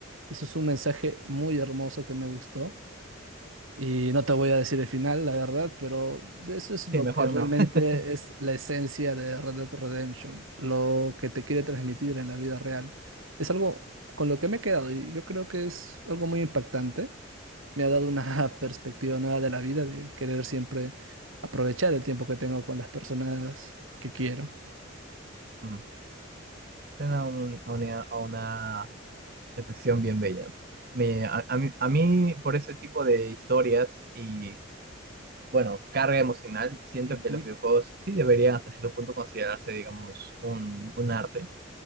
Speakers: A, on the right (about 85°); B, on the right (about 50°).
A: Eso es un mensaje muy hermoso que me gustó y no te voy a decir el final, la verdad, pero de eso es lo
B: sí, mejor
A: que realmente
B: no. <laughs>
A: es la esencia de Red Dead Redemption, lo que te quiere transmitir en la vida real. Es algo con lo que me he quedado y yo creo que es algo muy impactante me ha dado una <laughs> perspectiva nueva de la vida, de querer siempre aprovechar el tiempo que tengo con las personas que quiero.
B: Mm. Suena un- a una, a una reflexión bien bella. Me, a, a mí, a mí, por ese tipo de historias y, bueno, carga emocional, siento
A: Ujú,
B: que los videojuegos sí deberían hasta cierto punto considerarse, digamos, un, un arte.